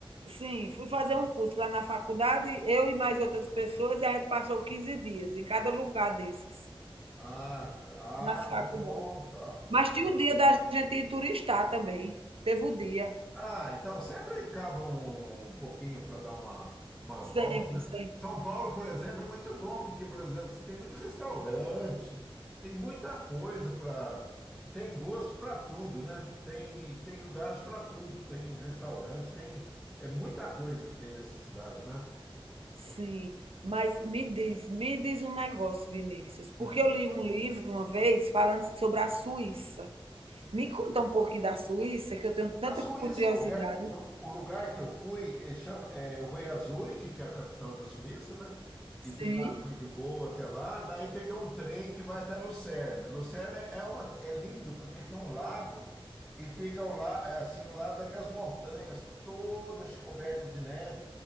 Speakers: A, on the right (about 75°); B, in the centre.
A: Sim, fui fazer um curso lá na faculdade, eu e mais outras pessoas, e a gente passou 15 dias em cada lugar desses,
B: Ah, tá.
A: nas
B: ah,
A: faculdades.
B: não é bom, tá.
A: Mas tinha o dia da gente ir turistar também. Teve o dia.
B: Ah, então sempre acaba um, um pouquinho para dar uma, umas
A: Sempre,
B: voltas, né?
A: sempre.
B: São Paulo, por exemplo, é muito bom, porque, por exemplo, você tem muito restaurante, tem muita coisa para. Tem gosto para tudo, né? Tem, tem lugares para tudo, tem restaurante, tem. É muita coisa que tem nessa cidade, né?
A: Sim. Mas me diz, me diz um negócio, Vinícius, porque
B: Hum.
A: eu li um livro uma vez falando sobre a Suíça. Me conta um pouquinho da Suíça, que eu tenho tanta
B: A Suíça,
A: curiosidade.
B: o lugar, o, o lugar que eu fui, eh, chama, eh, eu fui a Zurique, que é a capital da Suíça, né? E de
A: Sim.
B: lá fui de voo até lá, daí peguei um trem que vai até Lucerna. Lucerna é uma é lindo porque tem um lago e fica ao la, é assim, ao lado daquelas montanhas todas cobertas de neve.